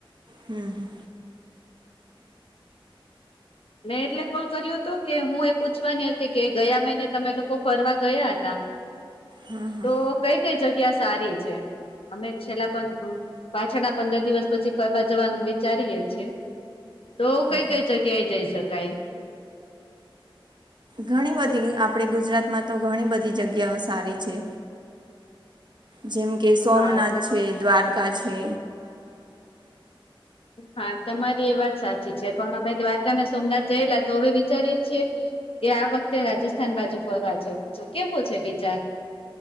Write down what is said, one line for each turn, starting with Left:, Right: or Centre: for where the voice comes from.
Right: હમ.
Left: મેં એટલે કોલ કર્યો હતોું કે હું એ પૂછવાની હતી કે ગયા મહિને તમે લોકો ફરવા ગયા હતા.
Right: હા હા
Left: તો કઈ કઈ જગ્યા સારી છે. અમે છેલ્લા પાછળ ના પંદર દિવસ પછી ફરવા જવાનું વિચારીએે છીએ. તો કઈ
Right: ઓકે
Left: કઈ જગ્યા એ જઈ શકાય.
Right: ઘણી બધી આપણે ગુજરાતમાં તો ઘણી બધી જગ્યાઓ સારી છે. જેમ કે સોમનાથ
Left: હા
Right: છે દ્વારકા છે.
Left: હા તમારી એ વાત સાચી છે પણ અમે દ્વારકા ને સોમનાથ જયેલા તો હવે વિચારીએે છીએ કે આ વખતે રાજસ્થાન બાજુ ફરવા જવું છે કેવું છે વિચાર.